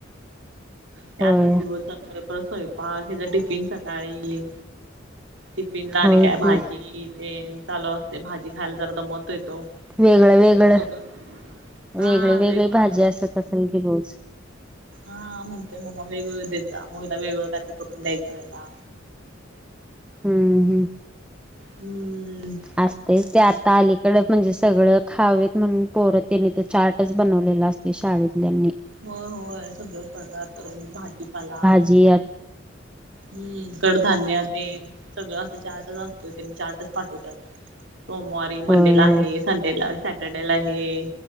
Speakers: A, on the right; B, in the centre.
A: ते
B: होय
A: आतच दिवस जाते परत स्वयंपाक ह्याचा टिफिन सकाळी. टिफिन ला
B: होय
A: आणि काय
B: की
A: भाजी ते चालू असते भाजी खायला जरा दमतोय तो.
B: वेगळं वेगळं
A: गप्प बस. हा
B: वेगळी वेगळी
A: वेगळं
B: भाजी असत असल की रोज.
A: हा म्हणतोय मला वेगवेगळ देत जा मुगला वेगळं काय करून द्यायचं याला.
B: हम्म हम्म
A: हम्म
B: असते ते आता अलीकड म्हणजे सगळं खावेत म्हणून पोर त्याने ते चार्टच बनवलेलं असत. शाळेतल्यां
A: हो होय सगळे पदार्थ, भाजीपाला.
B: जी
A: हम्म कडधान्य ते सगळं असं चार्टच असतोय ते मी चार्टच पाठवतात सोमवारी
B: होय
A: मंडेला आहे.
B: होय
A: संडेला सॅटर्डेला आहे